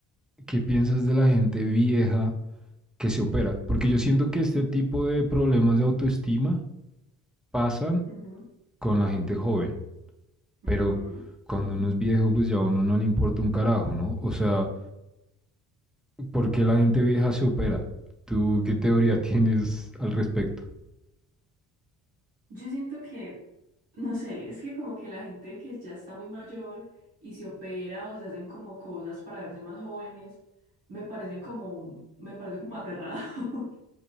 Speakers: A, in the centre; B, on the right.
A: ¿qué piensas de la gente vieja que se opera? Porque yo siento que este tipo de problemas de autoestima pasan
B: Ujú.
A: con la gente joven,
B: Ujú.
A: pero cuando uno es viejo, pues ya a uno no le importa un carajo, ¿no? O sea, ¿por qué la gente vieja se opera? ¿Tú qué teoría <laughs> tienes al respecto?
B: Yo siento que, no sé, es que como que la gente que ya está muy mayor y se opera o se hacen como cosas para verse más jóvenes, me parecen como, me parece como aterrado. <laughs>